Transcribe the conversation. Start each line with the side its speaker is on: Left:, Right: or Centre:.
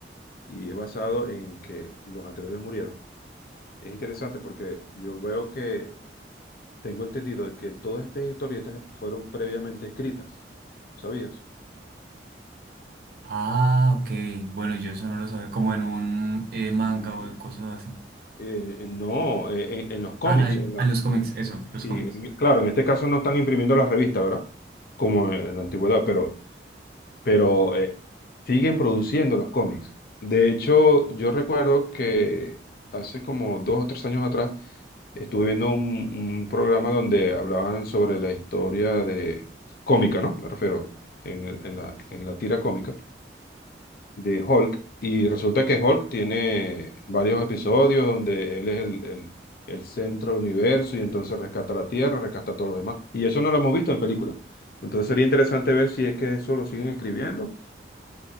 Left: y es basado en que los anteriores murieron. Es interesante porque yo veo que tengo entendido de que todas estas historietas fueron previamente escritas, ¿sabías?
Right: Ah, ok. Bueno, yo eso no lo sabía, como en un eh, manga
Left: Mm.
Right: o cosas así.
Left: Eh, no, eh, en, en los cómics.
Right: Ah, la-
Left: en la-
Right: ah, los cómics, eso, los
Left: y
Right: cómics.
Left: en- claro, en este caso no están imprimiendo las revistas, ¿verdad? Como en la antigüedad, pero, pero eh, siguen produciendo los cómics. De hecho, yo recuerdo que hace como dos o tres años atrás Estuve viendo un, un programa donde hablaban sobre la historia de cómica, ¿no? Me refiero en, el- en la, en la tira cómica de Hulk. Y resulta que Hulk tiene varios episodios donde él es el, el- el centro del universo y entonces rescata la Tierra, rescata a todos los demás. Y eso no lo hemos visto en películas. Entonces sería interesante ver si es que eso lo siguen escribiendo